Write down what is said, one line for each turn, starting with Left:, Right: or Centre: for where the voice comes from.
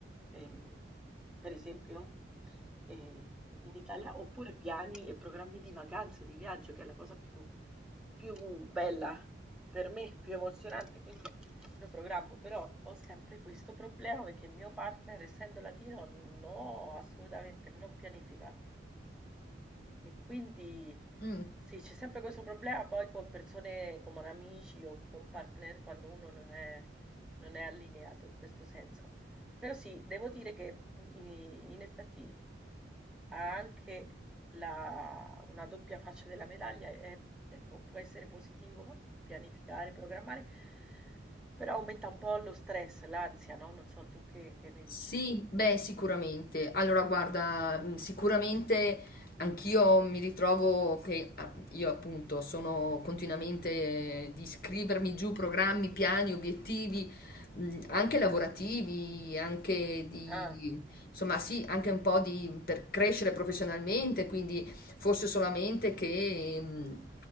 Centre: ehm, per esempio eh, in Italia, oppure piani e programmi di vacanze, di viaggio, che è la cosa più più bella per me, più emozionante, quindi lo programmo, però ho sempre questo problema perché il mio partner, essendo latino, no, assolutamente non pianifica. E quindi
Left: Mm.
Centre: sì, c'è sempre questo problema poi con persone come amici o con partner quando uno non è, non è allineato in questo senso. Però sì, devo dire che in, in effetti ha anche la- una doppia faccia della medaglia, è- è- può può essere positivo pianificare, programmare, però aumenta un po' lo stress, l'ansia, no? Non so tu che, che ne dici.
Left: Sì, beh, sicuramente. Allora, guarda, mh, sicuramente anch'io mi ritrovo che ah, io appunto sono continuamente eh, di scrivermi giù programmi, piani, obiettivi, mh, anche lavorativi, anche di,
Centre: Ah,
Left: insomma, sì, anche un po' di per crescere professionalmente, quindi forse solamente che mh,